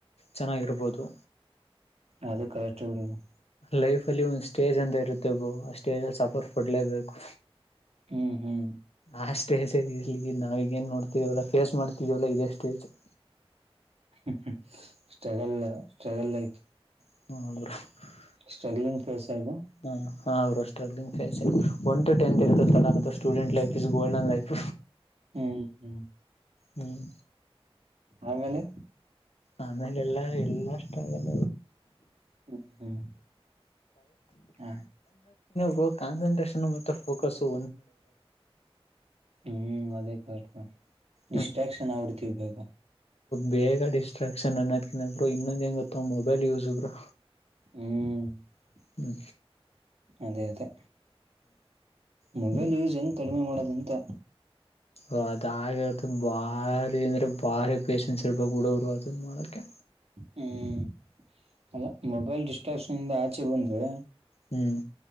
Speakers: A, on the left (about 80°); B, on the right (about 80°).
A: ಚೆನ್ನಾಗಿರ್ಬೋದು
B: ಅದು ಕಯಾ ಚೋನು ಆದ್
A: ಲೈಫ ಅಲ್ಲಿ ಒಂದ್ ಸ್ಟೇಜ್ ಅಂತ ಇರುತ್ತೆಗೋ ಆ ಸ್ಟೇಜ್ ಅಲ್ಲಿ ಸಫರ್ ಪಡ್ಲೇಬೇಕು
B: ಹ್ಮ್ ಹ್ಮ್
A: ಆ ಸ್ಟೇಜಗಿರಿಲಿ ನಾವೀಗ ಏನ್ ನೋಡ್ತವಲ್ಲಾ ಫೇಸ್ ಮಾಡ್ತಿವಲ್ಲಾ ಇದೇ stage <unintelligible>
B: hmm hmm struggle struggle life life
A: <inaudible>
B: sterling phase I know
A: ಹಾ ಹಾ bro struggling face one to tenth ಇರ್ತತಾಲ ಅ student life is golden life
B: ಹ್ಮ್ ಹ್ಮ್
A: ಹ್ಮ್
B: ಆಮೇಲೆ
A: ಆಮೇಲೆ ಎಲ್ಲಾ ಎಲ್ಲಾ ಅಷ್ಟ ಸ್ಟ್ರಗಲ್
B: ಹ್ಮ್ ಹ್ಮ್ ಹ
A: ಬ್ರೋ <inaudible> ಅ <unintelligible> ಕ ಕಾನ್ಸಂಟ್ರೇಷ ಮತ್ತೆ ಫೋಕಸು
B: ಹ್ಮ್ ಅದೇ ಕಸ್ಟಾ ಡಿಸ್ಟ್ರಾಕ್ಷನ್
A: ಹ್ಮ್
B: ಆಗ್ಬಿಡ್ತೀವಿ ಬೇಗ
A: ಬೇಗ ಡಿಸ್ಟ್ರಾಕ್ಷನ್ ಅನ್ನೋದಿಕಿನಾ ಇನ್ನೊಂದ್ ಹೆಂಗ ಗೊತ್ತ ಮೊಬೈಲ್ ಯೂಸ್ ಬ್ರೋ
B: ಹ್ಮ
A: ಹ್ಮ
B: ಅದೇ ಅದೇ
A: ಹ್ಮ್
B: ಮೊಬೈಲ್ ಯೂಸ್ ಹೆಂಗ್ ಕಡಿಮೆ ಮಾಡೋದಂತ
A: ಒ ಅದಾಗತ ಭಾರಿ ಅಂದರೆೆ ಭಾರಿ ಪೇಶಷನ್ಸ್ ಇರ್ಬೇಕು ಹುಡಗರು ಅದನ್ನ ಮಾಡೋಕ್ಕೆ
B: ಹ್ಮ್ ಅಲ್ಲ ಮೊಬೈಲ್ ಡಿಸ್ಟ್ರಾಕ್ಷನ್ ಇಂದ ಆಚೆ ಬಂದ್ರೆ
A: ಹ್ಮ್